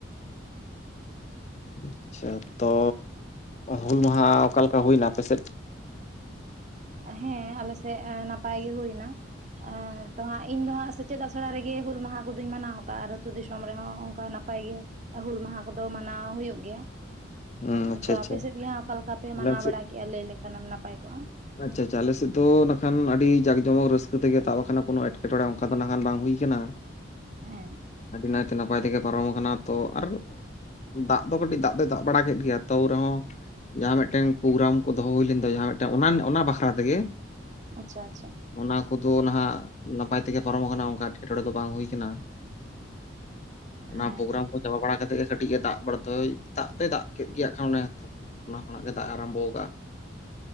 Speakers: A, on the left (about 35°); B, on the right (about 35°).
A: ᱟᱪᱪᱷᱟ, ᱛᱚ ᱦᱩᱞ ᱢᱟᱦᱟ ᱚᱠᱟᱞᱮᱠᱟ ᱦᱩᱭᱱᱟ ᱟᱯᱮ ᱥᱮᱫ?
B: ᱦᱮᱸ ᱟᱞᱮ ᱥᱮᱫ ᱮ ᱱᱟᱯᱟᱭ ᱜᱮ ᱦᱩᱭᱱᱟ ᱮ ᱛᱚ ᱦᱟᱸᱜᱼᱼ ᱤᱧ ᱫᱚ ᱦᱟᱸᱜ ᱥᱮᱪᱮᱫ ᱟᱥᱲᱟ ᱨᱮᱜᱮ ᱦᱩᱞ ᱢᱟᱦᱟ ᱠᱚᱫᱚᱧ ᱢᱟᱱᱟᱣ ᱠᱟᱜᱼᱟ, ᱟᱨ ᱟᱹᱛᱩ ᱫᱤᱥᱚᱢ ᱨᱮᱦᱚᱸ ᱚᱱᱠᱟ ᱱᱟᱯᱟᱭ ᱜᱮ᱾ ᱦᱩᱞ ᱢᱟᱦᱟ ᱠᱚᱫᱚ ᱢᱟᱱᱟᱣ ᱦᱩᱭᱩᱜ ᱜᱮᱭᱟ᱾
A: ᱦᱩᱸ
B: ᱟᱫᱚ
A: ᱟᱪᱪᱷᱟ ᱟᱪᱪᱷᱟ
B: ᱟᱯᱮ ᱥᱮᱫ ᱜᱮ ᱦᱟᱸᱜ ᱚᱠᱟ ᱞᱮᱠᱟ ᱯᱮ
A: ᱟᱞᱮ
B: ᱢᱟᱱᱟᱣ
A: ᱥᱮᱫ
B: ᱵᱟᱲᱟ ᱠᱮᱜᱼᱟ ᱞᱟᱹᱭ ᱞᱮᱠᱷᱟᱱᱮᱢ ᱱᱟᱯᱟᱭ ᱠᱚᱜᱼᱟ᱾
A: ᱟᱪᱪᱷᱟ ᱟᱪᱪᱷᱟ ᱟᱞᱮ ᱥᱮᱫ ᱫᱚ ᱱᱟᱠᱷᱟᱱ ᱟᱹᱰᱤ ᱡᱟᱠᱼᱼ ᱡᱚᱢᱚᱠ ᱨᱟᱹᱥᱠᱟᱹ ᱛᱮᱜᱮ ᱛᱟᱵ ᱠᱟᱱᱟ, ᱠᱳᱱᱚ ᱮᱴᱠᱮᱴᱚᱬᱮ ᱚᱱᱠᱟ ᱫᱚ ᱱᱟᱠᱷᱟᱱ ᱵᱟᱝ ᱦᱩᱭ ᱠᱟᱱᱟ᱾
B: ᱦᱮᱸ᱾
A: ᱟᱹᱰᱤ ᱱᱟᱭ ᱛᱮ ᱱᱟᱯᱟᱭ ᱛᱮᱜᱮ ᱯᱟᱨᱚᱢ ᱟᱠᱟᱱᱟ ᱛᱚ ᱟᱨᱼᱼ ᱫᱟᱜ ᱫᱚ ᱠᱟᱹᱴᱤᱡ ᱫᱟᱜ ᱫᱚᱭ ᱫᱟᱜ ᱵᱟᱲᱟ ᱠᱮᱫ ᱜᱮᱭᱟ ᱛᱟᱹᱣ ᱨᱮᱦᱚᱸᱼᱼ ᱡᱟᱦᱟᱸ ᱢᱤᱫᱴᱟᱝ ᱯᱳᱜᱨᱟᱢ ᱠᱚ ᱫᱚᱦᱚ ᱦᱩᱭ ᱞᱮᱱ ᱛᱟᱦᱮᱡᱟ, ᱟᱨ ᱢᱤᱫᱴᱟᱝ ᱚᱱᱟ ᱚᱱᱟ ᱵᱟᱠᱷᱨᱟ ᱛᱮᱜᱮᱼᱼ
B: ᱟᱪᱪᱷᱟ ᱟᱪᱪᱷᱟ᱾
A: ᱚᱱᱟ ᱠᱚᱫᱚ ᱱᱟᱦᱟᱜ ᱱᱟᱯᱟᱭ ᱛᱮᱜᱮ ᱯᱟᱨᱚᱢ ᱠᱟᱱᱟ ᱚᱝᱠᱟ ᱮᱴᱠᱮᱴᱚᱬᱮ ᱫᱚ ᱵᱟᱝ ᱦᱩᱭ ᱠᱟᱱᱟ᱾
B: ᱦᱮᱸ
A: ᱚᱱᱟ ᱯᱳᱜᱨᱟᱢ ᱠᱚ ᱪᱟᱵᱟ ᱵᱟᱲᱟ ᱠᱟᱛᱮ ᱜᱮ ᱠᱟᱹᱴᱤᱡᱼ ᱮ ᱫᱟᱜ ᱵᱟᱲᱟᱼᱼ ᱛᱟᱹᱭ ᱫᱟᱜ ᱫᱚᱭ ᱫᱟᱜ ᱠᱮᱫ ᱜᱮᱭᱟ ᱠᱷᱟᱱ ᱚᱱᱮ ᱛᱚ ᱚᱱᱟ ᱠᱷᱚᱱᱟᱜ ᱜᱮ ᱫᱟᱜ ᱮ ᱟᱨᱟᱢᱵᱚ ᱠᱟᱜᱼᱟ᱾